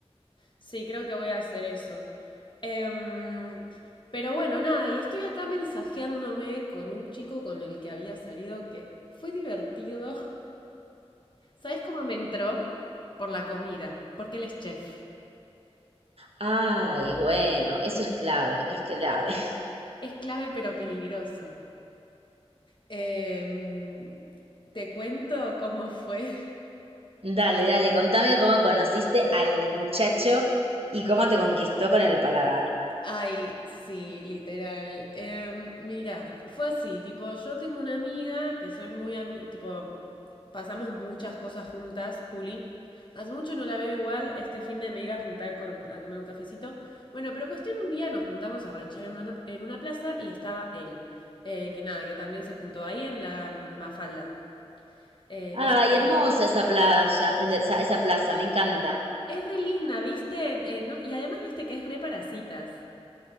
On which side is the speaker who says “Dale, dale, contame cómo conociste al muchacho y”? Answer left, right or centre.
Right